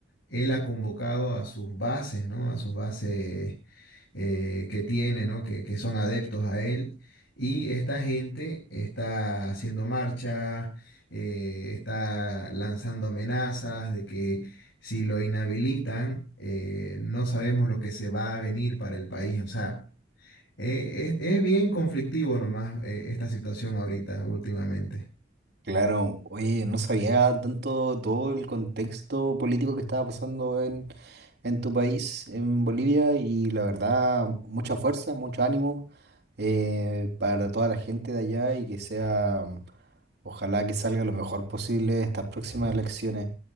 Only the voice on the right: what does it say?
Claro, oye, no sabía tanto todo el contexto político que estaba pasando en, en tu país, en Bolivia, y la verdad, mucha fuerza, mucho ánimo eh, para toda la gente de allá y que sea, ojalá que salga lo mejor posible estas próximas elecciones.